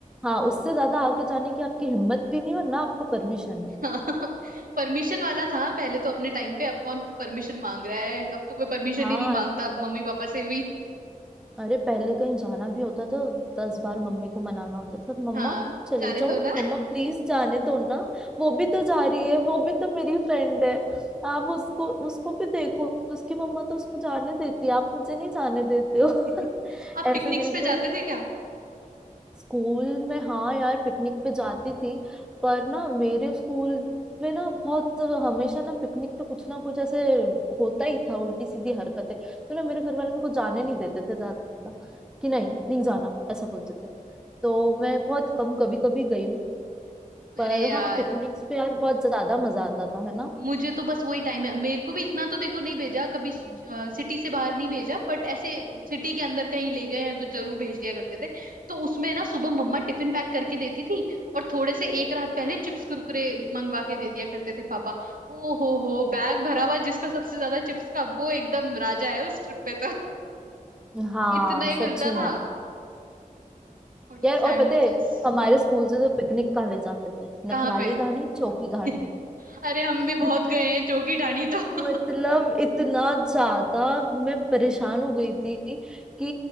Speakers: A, in the centre; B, on the right.
A: हाँ उससे ज्यादा आगे जाने की आपकी हिम्मत भी नहीं और ना आपको परमिशन है
B: <laughs> परमिशन वाला था पहले तो अपने टाइम पे अब कौन परमिशन मांग रहा है अब तो कोई परमिशन
A: हाँ
B: ही नहीं मांगता अब मम्मी पापा से भी
A: अरे पहले कहीं जाना भी होता था दस बार मम्मी को मनाना होता था मम्मा
B: हाँ
A: चले
B: जाने
A: जाओ
B: दो ना
A: मम्मा प्लीज जाने दो ना वो भी तो जा रही है वो भी तो मेरी फ्रेंड है आप उसको उसको भी देखो उसकी मम्मा तो उसको जाने देती है आप मुझे नहीं जाने देते हो <laughs>
B: <laughs> आप पिकनिक्स
A: ऐसे बिल्कुल
B: पे जाते थे क्या
A: स्कूल में हाँ यार पिकनिक पे जाती थी पर ना मेरे स्कूल में ना बहुत हमेशा ना पिकनिक पे कुछ ना कुछ ऐसे होता ही था उल्टी सीधी हरकतें तो ना मेरे घर वाले मेरे को जाने नहीं देते थे ज्यादा कि नहीं नहीं जाना ऐसा बोलते थे तो मैं बहुत कम कभी कभी गई हूँ
B: अरे
A: पर
B: यार
A: हाँ पिकनिक्स पे यार बहुत ज्यादा मजा आता था है ना
B: मुझे तो बस वही टाइम है मेरे को भी इतना तो देखो नहीं भेजा कभी सिटी से बाहर नहीं भेजा बट ऐसे सिटी के अंदर कहीं ले गए हैं तो जरूर भेज दिया करते थे तो उसमें ना सुबह मम्मा टिफिन पैक करके देती थी और थोड़े से एक रात पहले चिप्स कुरकुरे मंगवा के दे दिया करते थे पापा ओ हो हो बैग भरा हुआ जिसका सबसे ज्यादा चिप्स का वो एकदम राजा है उस ट्रिप पे तो
A: हाँ
B: <laughs> इतना ही मिलता
A: सच में
B: था और जो
A: यार
B: सैंडविचेस
A: और पता है हमारे स्कूल से तो पिकनिक कहाँ ले जाते थे नखराली
B: कहाँ पे
A: धानी चौकी धानी
B: <laughs> अरे हम
A: <laughs>
B: भी बहुत गए हैं चौकी ढाणी तो
A: मतलब
B: <laughs>
A: इतना ज्यादा मैं परेशान हो गई थी कि